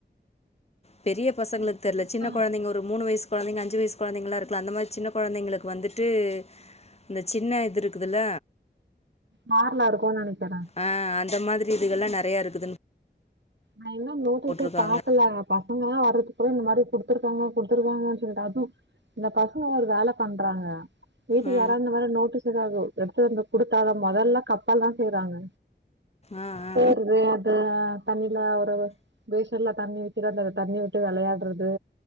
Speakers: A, on the left (about 35°); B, on the right (about 80°).
A: பெரிய பசங்களுக்கு
B: இது
A: தெர்ல
B: புதுசா
A: சின்ன கொழந்தைங்க மூணு வயசு கொழந்தைங்க அஞ்சு வயசு கொழந்தைங்கலா இருக்குல அந்த மாரி சின்ன குழந்தைங்களுக்கு வந்துட்டு இந்த சின்ன இது இருக்குதுல
B: மார்ல இருக்கும்னு நனைக்கறே
A: அ அந்த மாரி இதுகல்லா நறைய இருக்குதுன்னு
B: நா இன்னு நோட்டீஸே
A: போட்ருக்காங்க
B: பாக்கல பசங்க எல்லா வர்றது போ இந்த மாரி குடுத்துருக்காங்க குடுத்துருக்காங்கன்னு சொல்ட்டு அதுவு இந்த பசங்க ஒரு வேல பண்றாங்க வீட்டுக்கு
A: ஆ
B: யாரா இந்த மாரி நோட்டீஸ் ஏதாவது எடுத்து வந்த கொடுத்தா அத மொதல்ல கப்பல் தா செய்றாங்க
A: ஆ ஆ
B: செயிறது அது தண்ணில ஒரு பேஷின்ல தண்ணி வச்சட்டு அது தண்ணி விட்டு வளையாடுறது